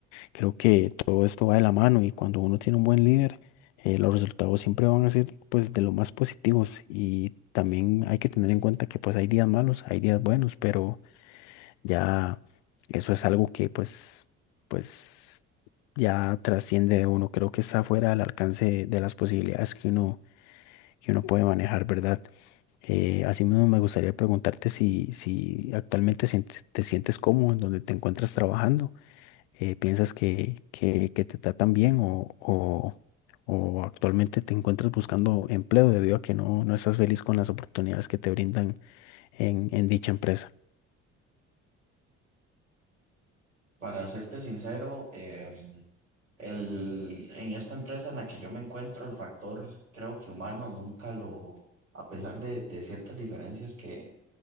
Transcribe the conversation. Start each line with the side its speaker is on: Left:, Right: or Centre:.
Left: Creo que todo esto va de la mano y cuando uno tiene un buen líder, eh, los resultados siempre van a ser pues de lo más positivos y también hay que tener en cuenta que pues hay días malos, hay días buenos, pero ya eso es algo que pues, pues ya trasciende de uno. Creo que está fuera del alcance de, de las posibilidades que uno, que uno puede manejar, ¿verdad? Eh, asimismo, me gustaría preguntarte si, si actualmente sientes- te sientes cómodo en donde te encuentras trabajando. Eh, ¿piensas que, que, que te tratan bien o, o, o actualmente te encuentras buscando empleo debido a que no, no estás feliz con las oportunidades que te brindan en, en dicha empresa?
Right: Para serte sincero, em, El, en esta empresa en la que yo me encuentro, el factor creo que humano nunca lo, a pesar de, de ciertas diferencias que,